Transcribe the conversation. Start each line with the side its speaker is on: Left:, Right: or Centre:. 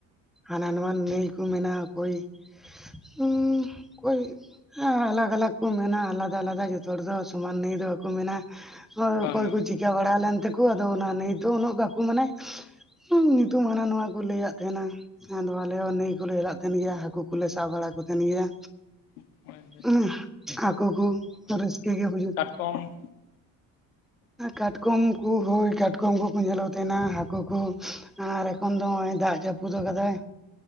Centre: ᱦᱟᱱᱟ ᱱᱚᱣᱟ ᱱᱟᱹᱭ ᱠᱚ ᱢᱮᱱᱟ ᱚᱠᱚᱭ ᱩᱸᱻ ᱚᱠᱚᱭ ᱟᱞᱟᱜᱽ ᱟᱞᱟᱜᱽ ᱠᱚ ᱢᱮᱱᱟ ᱟᱞᱟᱫᱟ ᱟᱞᱟᱫᱟ ᱡᱚᱛᱚ ᱦᱚᱲ ᱫᱚ ᱥᱚᱢᱟᱱ ᱱᱟᱹᱭ ᱫᱚ ᱵᱟᱠᱚ ᱢᱮᱱᱟ᱾ ᱦᱳᱭ,
Left: ᱵᱟᱝ
Centre: ᱚᱠᱚᱭ ᱠᱚ ᱪᱤᱠᱟᱹ ᱵᱟᱲᱟ ᱞᱮᱱ ᱛᱮᱠᱚ ᱟᱫᱚ ᱚᱱᱟ ᱱᱤᱛᱚᱜ ᱩᱱᱟᱹᱜ ᱵᱟᱠᱚ ᱢᱟᱱᱮ ᱧᱩᱛᱩᱢ ᱦᱟᱱᱟ ᱱᱚᱣᱟ ᱠᱚ ᱞᱟᱹᱭᱟᱫ ᱛᱟᱦᱮᱱᱟ᱾ ᱡᱮᱢᱚᱱ ᱟᱞᱮ ᱦᱚᱸ ᱱᱟᱹᱭ ᱠᱚᱞᱮ ᱦᱮᱞᱟᱜ ᱛᱟᱸᱦᱮᱱ ᱜᱮᱭᱟ, ᱦᱟᱹᱠᱩ ᱠᱚᱞᱮ ᱥᱟᱵ ᱵᱟᱲᱟ ᱠᱚ ᱛᱟᱸᱦᱮᱱ ᱜᱮᱭᱟ᱾
Left: ᱵᱟᱝ
Centre: <unintelligible> ᱦᱟᱹᱠᱩ ᱠᱚ ᱨᱟᱹᱥᱠᱟᱹ ᱜᱮ ᱵᱩᱡᱩᱜ᱾
Left: ᱠᱚᱢ
Centre: ᱠᱟᱴᱠᱚᱢ ᱠᱚ, ᱦᱳᱭ ᱠᱟᱴᱠᱚᱢ ᱠᱚᱠᱚ ᱧᱮᱞᱚᱜ ᱛᱟᱸᱦᱮᱱᱟ ᱦᱟᱹᱠᱩ ᱠᱚ᱾ ᱟᱨ ᱮᱠᱷᱚᱱ ᱫᱚ ᱦᱚᱸᱜ-ᱚᱭ ᱫᱟᱜ ᱡᱟᱹᱯᱩᱫ ᱟᱠᱟᱫᱟᱭ᱾